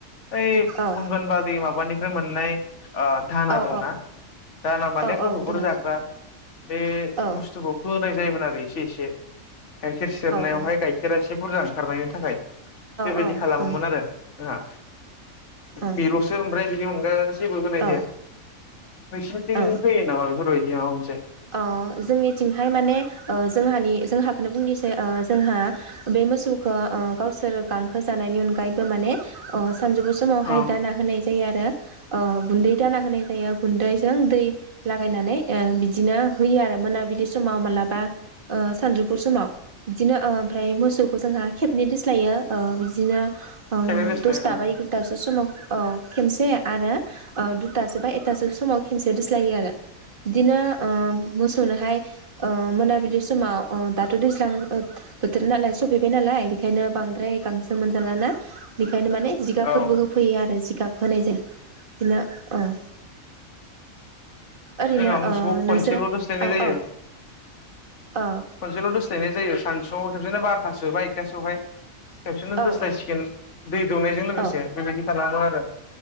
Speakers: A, on the left (about 55°); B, on the right (about 40°).
A: बै
B: औ
A: अंगनबादि माबानिफ्राय मोननाय ओ धाना
B: औ
A: दंना दाना माने
B: औ
A: गथफोर
B: औ दङ
A: जाग्रा बे
B: औ
A: बुस्थुकौथ होनाय जायोमोन आरो एसे एसे गाइखेर सेरनायावहाय
B: औ
A: गाइखेरा एहे बुरजा ओंखारनायनि थाखाय बेबायदि
B: औ
A: खालामोमोन
B: औ
A: आरो जोंहा
B: औ
A: बेलसो ओमफ्राय <unintelligible> जेबो होनाय
B: औ
A: जाया नोंसोरनिथिं
B: औ
A: होयो नामा बेफोरबायदि <unintelligible>
B: ओ जोंनिथिंहाय माने जोंहानि जोंहाखौनो बुंनोसै जोंहा बे मोसौखो गावसोर गांखो जानायनि अनगायैबो माने सानजौफु समावहाय
A: अ
B: दाना होनाय जायो आरो ओ गुन्दै दाना होनाय जायो गुन्दै जों दै लागायनानै ओ बि दिनो होयो आरो मोनाबिलि समाव मालाबा ओ सानजुफु समाव बिदिनो ओमफ्राय मोसौखौ जोंहा खेबनै दोस्लायो बिदिनो ओ
A: खेबनै दोस्लाय
B: दसता
A: अ
B: बा एगारतासो समाव औ खनसे आरो ओ दुथासो बा एथासो समाव खेबसे दोस्लायो आरो। ओ मोसौनोहाय ओ मोनाबिलि समाव ओ दाथ' दैज्लां बोथोर नालाय सफैबाय नालाय बेखायनो बांद्राय गांसो मोनजालाना बे बेखायनो माने जिगाफोरबो
A: औ
B: होफैयो आरो। जिगाब होनायजों बिदिनो अह <inaudible> ओरैनो
A: जोंहा मोसौखौ
B: ओ
A: खनसेल' दोस्लायनाय जायो।
B: औ औ
A: खनसेल दोस्लायनाय जायो सानसुआव बिदिनो बारथासो बा एकथासोआवहाय खबसेननो
B: औ
A: दोस्लायसिगोन दै दौनायजों लोगोसे
B: औ
A: बेबायदि खालामो आरो